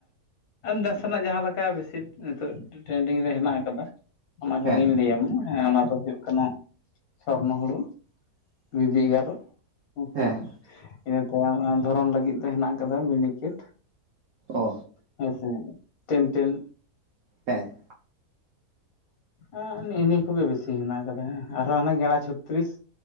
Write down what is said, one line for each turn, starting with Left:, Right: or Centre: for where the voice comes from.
Left: ᱱᱟᱥᱮᱱᱟᱜ ᱡᱟᱦᱟᱸ ᱞᱮᱠᱟ ᱵᱮᱥᱤ ᱱᱤᱛᱚᱜ ᱴᱨᱮᱱᱰᱤᱝ ᱨᱮ ᱦᱮᱱᱟᱜ ᱟᱠᱟᱫᱟ᱾ ᱚᱱᱟ ᱠᱚᱜᱤᱧ
Right: ᱦᱮᱸ
Left: ᱞᱟᱹᱭᱟᱢᱟ ᱦᱮᱸ ᱚᱱᱟ ᱫᱚ ᱦᱩᱭᱩᱜ ᱠᱟᱱᱟ ᱥᱚᱨᱱᱚ ᱦᱩᱲᱩ। ᱵᱤᱵᱤ ᱮᱜᱟᱨᱚ ᱦᱮᱸ ᱥᱮ
Right: ᱦᱮᱸᱼᱼ
Left: ᱵᱟᱝ ᱤᱱᱟᱹ ᱛᱟᱭᱚᱢ ᱫᱷᱚᱨᱚᱱ ᱞᱟᱹᱜᱤᱫ ᱫᱚ ᱦᱮᱱᱟᱜ ᱟᱠᱟᱫᱟ ᱢᱤᱱᱤ ᱠᱮᱴᱼᱼ
Right: ᱚ
Left: ᱦᱮᱸ ᱥᱮ ᱴᱮᱱ ᱴᱮᱱ,
Right: ᱦᱮᱸ
Left: ᱮ ᱱᱮᱜᱼ ᱱᱤᱭᱟᱹ ᱠᱚᱜᱮ ᱵᱮᱥᱤ ᱦᱮᱱᱟᱜ ᱠᱟᱫᱟ। ᱟᱨᱦᱚᱸ ᱦᱟᱱᱮ ᱜᱮᱲᱟ ᱪᱷᱚᱛᱨᱤᱥᱼᱼ